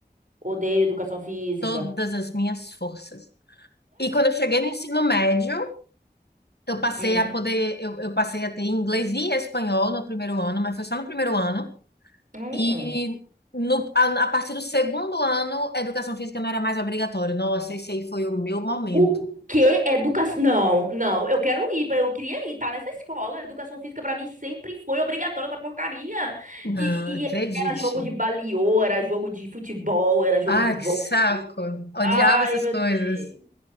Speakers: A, on the right; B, on the left.
A: odeio educação física.
B: todas as minhas forças. E quando eu cheguei no ensino médio, eu passei
A: Hum.
B: a poder, eu, eu passei a ter inglês e espanhol no primeiro ano, mas foi só no primeiro ano.
A: Hum.
B: E no, a, a partir do segundo ano, educação física não era mais obrigatório. Nossa, esse aí foi o meu momento.
A: O quê? Educação? Não, não, eu quero ir, eu queria ir, tá nessa escola. Educação física pra mim sempre foi obrigatória essa porcaria.
B: Não,
A: E,
B: acredite.
A: e- e era jogo de baliô, era jogo de futebol, era jogo
B: Ah,
A: de vôlei.
B: que saco. Odiava
A: Ai,
B: essas
A: meu
B: coisas.
A: Deus.